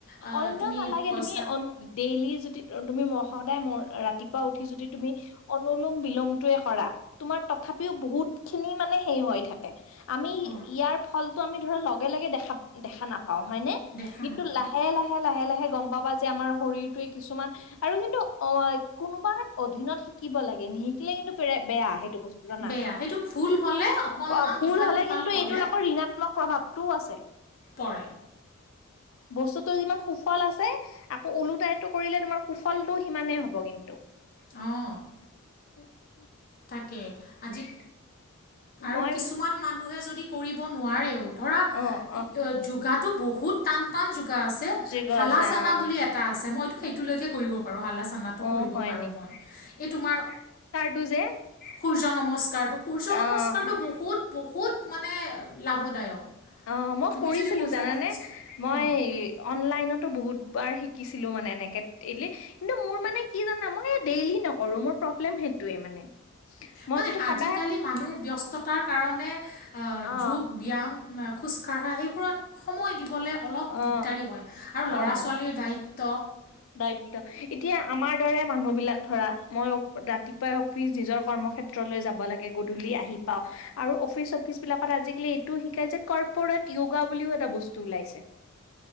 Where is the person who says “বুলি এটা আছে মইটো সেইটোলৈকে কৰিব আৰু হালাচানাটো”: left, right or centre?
Left